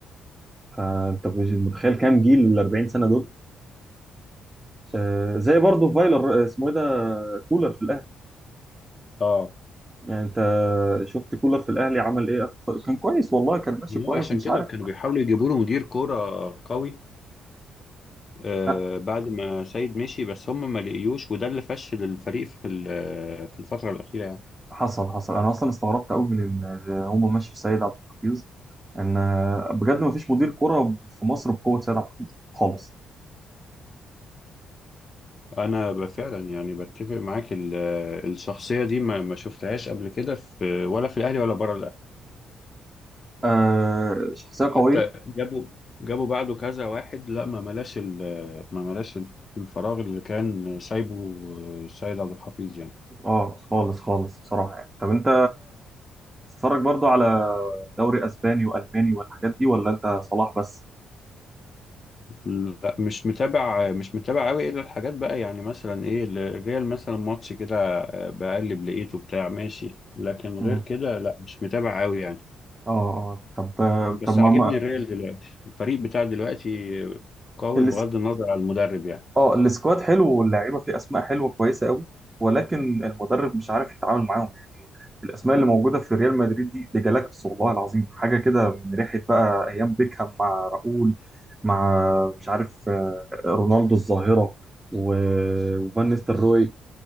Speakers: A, on the right; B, on the left.
A: فانت مش متخيل كام جيل ال 40 سنه دول آه، زي برضه فايلر آه، اسمه ايه ده كولر في الاهلي
B: اه
A: يعني انت شفت كولر في الاهلي عمل ايه أكتر- كان كويس والله كان ماشي كويس
B: هو عشان
A: مش
B: كده
A: عارف
B: كانوا بيحاولوا يجيبوا له مدير كورة قوي آه
A: لا
B: بعد ما سيد مشي بس هم ما لقيوش وده اللي فشل الفريق في ال- في الفترة الأخيرة يعني
A: حصل حصل انا اصلا استغربت قوي من ان هم مشوا سيد عبد الحفيظ ان آه، بجد ما فيش مدير كرة في مصر بقوة سيد عبد الحفيظ خالص
B: أنا ب- فعلا يعني بتفق معاك ال- الشخصية دي ما ما شفتهاش قبل كده في ولا في الأهلي ولا بره
A: آه شخصية
B: حتى
A: قوية
B: جابوا جابوا بعده كذا واحد لا ما ملاش ال- ما ملاش الفراغ اللي كان سايبه السيد عبد الحفيظ يعني
A: اه خالص خالص بصراحة يعني طب انت بتتفرج برضه على دوري اسباني والماني والحاجات دي ولا انت صلاح بس؟
B: لا مش متابع مش متابع قوي الا الحاجات بقى يعني مثلا ايه الريال مثلا ماتش كده بقلب لقيته بتاع ماشي لكن غير
A: مم.
B: كده لا مش متابع قوي يعني
A: اه اه طب آه،
B: بس
A: طب ما
B: عاجبني
A: ما-
B: الريال دلوقتي الفريق بتاع دلوقتي قوي
A: اللي
B: بغض النظر عن المدرب يعني
A: اه السكواد حلو واللعيبه فيه اسماء حلوه كويسه قوي ولكن المدرب مش عارف يتعامل معاهم يعني الاسماء اللي موجوده في ريال مدريد دي دي جالاكتس والله العظيم حاجه كده من ريحه بقى ايام بيكهام مع راؤول مع مش عارف آه، رونالدو الظاهره و- وفان نيستلروي